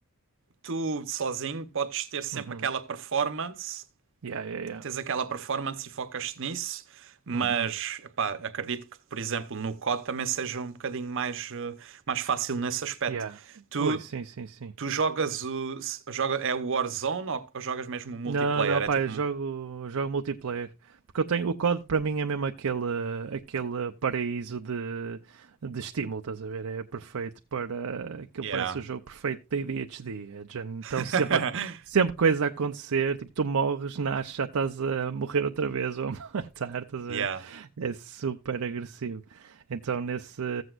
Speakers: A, on the right (about 60°); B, on the right (about 75°).
A: tu sozinho podes ter sempre
B: uhum.
A: aquela performance
B: Yeah, yeah, yeah.
A: tens aquela performance e focas-te nisso, mas
B: Uhum.
A: epá, acredito que, por exemplo, no COD também seja um bocadinho mais, eh, mais fácil nesse aspecto.
B: Yeah.
A: Tu,
B: Ui, sim, sim, sim.
A: tu jogas o. se- Joga, é o Warzone ou, ou jogas mesmo o multiplayer?
B: Não, não,
A: É
B: pá,
A: tipo.
B: eu jogo, jogo multiplayer. Porque eu tenho, o código para mim é mesmo aquele, aquele paraíso de, de estímulo, estás a ver? É perfeito para. Aquilo
A: Yeah.
B: parece o jogo perfeito da ADHD. É de género,
A: <laughs>
B: Então sempre, há- sempre coisa a acontecer, tipo, tu morres, nasces, já estás a morrer outra vez ou a <laughs> matar, estás a
A: Yeah.
B: ver? É super agressivo. Então nesse,